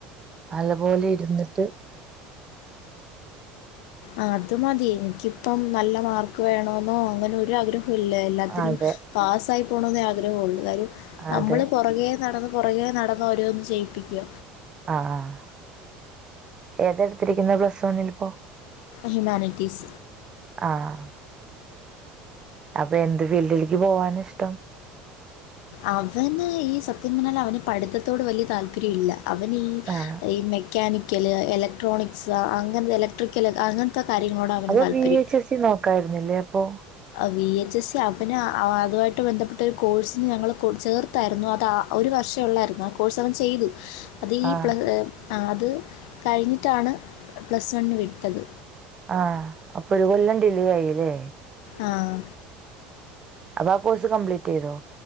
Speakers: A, on the right; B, on the left.
A: അലപോലെ ഇര്ന്നിട്ട്.
B: അഹ് അത് മതി എനിക്കിപ്പം നല്ല മാർ ക്ക് വേണോന്നോ അങ്ങനെ ഒരു ആഗ്രഹുല്ല എല്ലാത്തിനും
A: അതെ
B: പാസ്സായി പോണോന്നേ ആഗ്രഹ ഒള്ളു കാര്യം.
A: അതെ
B: നമ്മള് പൊറകെ നടന്ന് പൊറകേ നടന്ന് ഓരോന്ന് ചെയ്യിപ്പിക്ക്യ.
A: ആഹ് ആഹ് ഏതാട്ത്തിരിക്ക്ന്നെ പ്ലസ് വണിലിപ്പൊ.
B: ഹ്യുമാനിറ്റീസ്.
A: ആഹ് അപ്പൊ എന്ത് ഫീൽഡിൽക്ക് പോവാനാ ഇഷ്ട്ടം?
B: അവന് ഈ സത്യം പറഞ്ഞാൽ അവന് പഠിത്തത്തോട് വല്യ താല്പര്യ ഇല്ല. അവനീ
A: ആഹ്
B: ഈ മെക്കാനിക്ക്ല്, എലക്ട്രോണിക്സ് അങ്ങനെ എലക്ട്രിക്കല് അങ്ങൻത്തെ കാര്യങ്ങളോടാ അവന്
A: അപ്പൊ
B: താല്പര്യം.
A: വി എച്ച് എസ് സി നോക്കായിരുന്നില്ലേ അപ്പൊ
B: അഹ് വി എച്ച് എസ് സി അവന് അഹ് അഹ് അതുമായിട്ട് ബന്ധപ്പെട്ട ഒരു കോഴ്സിന് ഞങ്ങള് കൊ ചേർത്തായിരുന്നു അത് ആഹ് ഒരു വർഷേ ഒള്ളായിരുന്നു ആഹ് കോഴ്സ് അവൻ ചെയ്തു. അത് ഈ
A: ആഹ്
B: പ്ല ഹ് അ അത് കഴിഞ്ഞിട്ടാണ് പ്ലസ് വണ്ണിന് വിട്ടത്.
A: ആഹ് അപ്പൊ ഒരു കൊല്ലം ഡിലേ ആയില്ലേ.
B: ആഹ്.
A: അപ്പൊ ആഹ് കോഴ്സ് കംപ്ലീറ്റെയ്തോ?